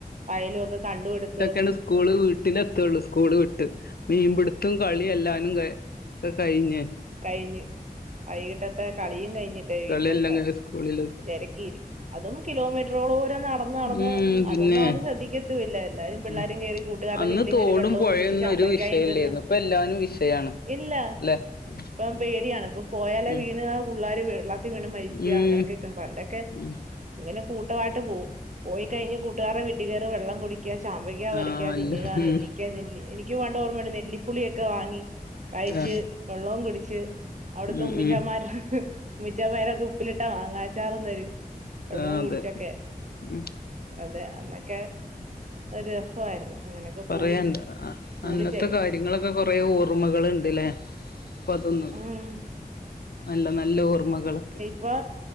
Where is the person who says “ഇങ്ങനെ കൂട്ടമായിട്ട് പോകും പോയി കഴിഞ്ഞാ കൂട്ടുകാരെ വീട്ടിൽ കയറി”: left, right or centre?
Right